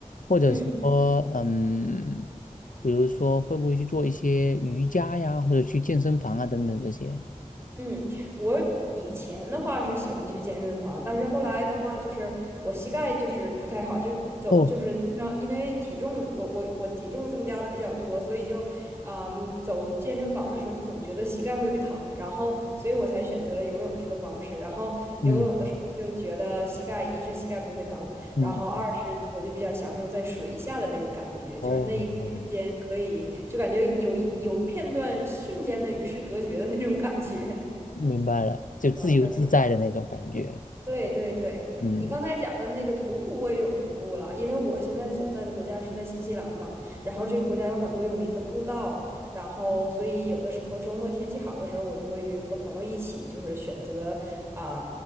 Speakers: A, on the left; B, on the right.
A: 或者说嗯，
B: 嗯。
A: 比如说会不会去做一些瑜伽呀，或者去健身房啊等等这些？
B: 嗯，我以前的话是喜欢去健身房，但是后来的话，就是我膝盖就是不太好，就走就是经常因为体重，
A: 哦，
B: 我我我体重增加的比较多，所以就，嗯，走健身房的时候就总觉得膝盖会疼，然后所以我才选择了游泳这个方式。然后游泳的时候就觉得膝盖一是膝盖不会疼，
A: 嗯嗯，
B: 然后二是我就比较享受在水下的那个感觉，
A: 哦，
B: 就是那一个瞬间可以就感觉有一有片段瞬间的与世隔绝的那种感觉。
A: 明白了，就自由自在的那种感觉。
B: 玩对对对对，
A: 嗯
B: 你刚才讲的那个徒步，我也有徒步了，因为我现在所在的国家是在新西兰嘛，然后这个国家有很多有名的步道，然后所以有的时候周末天气好的时候，我就会和朋友一起，就是选择啊、